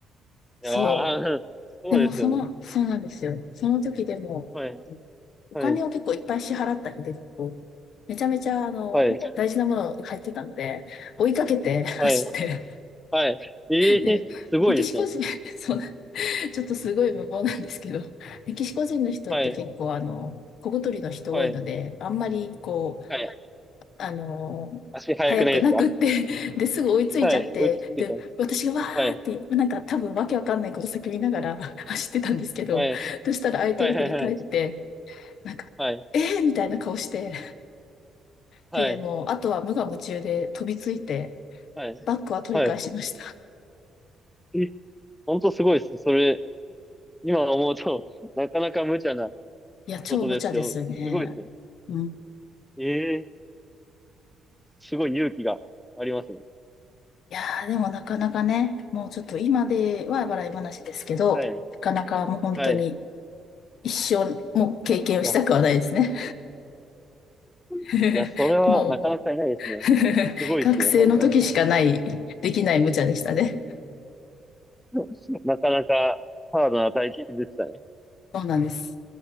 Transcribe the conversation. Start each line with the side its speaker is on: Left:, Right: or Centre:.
Left: そう。
Centre: ああ、そうですよね、
Left: でもその、そうなんですよ。その時でも、
Centre: はい、
Left: お金を結構いっぱい支払ったりで、
Centre: はい、
Left: こうめちゃめちゃ、あの、
Centre: はい、
Left: 大事なもの入ってたんで、追いかけて <laughs> 走って、
Centre: はい、はい、ええー、
Left: で、
Centre: すごいですね、
Left: メキシコ人、<laughs> そう、ちょっとすごい無謀なんですけど、メキシコ人の人って結構、
Centre: はい、
Left: あの、小太りの人多いので、
Centre: はい、
Left: あんまり、こう、
Centre: はい。
Left: あの、
Centre: 足速くないですか
Left: 早くなくって <laughs> で、すぐ追いついちゃって、
Centre: はい。追いついてたんです。
Left: で、私がわーって、
Centre: はい。
Left: なんか多分わけわかんないこと叫びながら <laughs> 走ってたんですけど、
Centre: はい。
Left: そしたら相手が振り返って、
Centre: はいはいはい。
Left: なんか、
Centre: はい。
Left: えーみたいな顔して、
Centre: はい。
Left: で、もう、あとは無我夢中で飛びついて、
Centre: はい。
Left: バックは取り返しました。
Centre: はい。え、本当すごいです。それ、今思うと、<laughs> なかなか無茶な
Left: いや、超無茶ですね。
Centre: ことですけど、すごいですね。
Left: うん。い
Centre: ええすごい勇気がありますね。
Left: やー、でもなかなかね、もうちょっと今では笑い話ですけど、
Centre: はい。
Left: なかなかもう本当に
Centre: はい。
Left: 一生、もう経験をしたくはないですね。
Centre: いや、
Left: <laughs>
Centre: いや、それはなかなかいないですね。
Left: もう
Centre: すごいですね、
Left: <laughs> 学生の時しかない、
Centre: 本当。
Left: できない無茶でしたね。
Centre: <laughs> なかなかハードな体験でしたね。
Left: そうなんです。